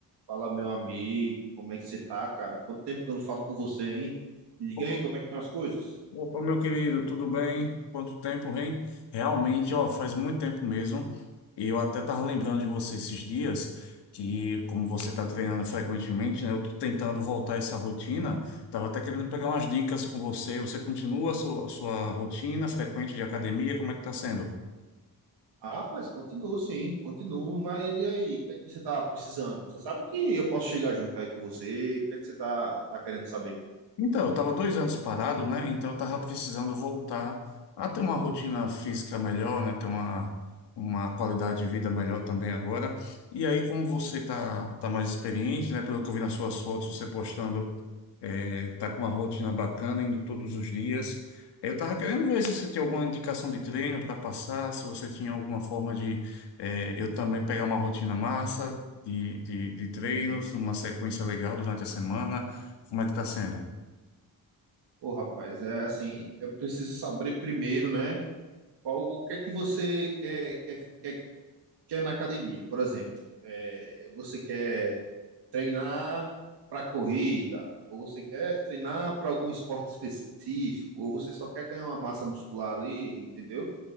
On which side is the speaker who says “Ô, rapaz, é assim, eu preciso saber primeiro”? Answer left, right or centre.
Right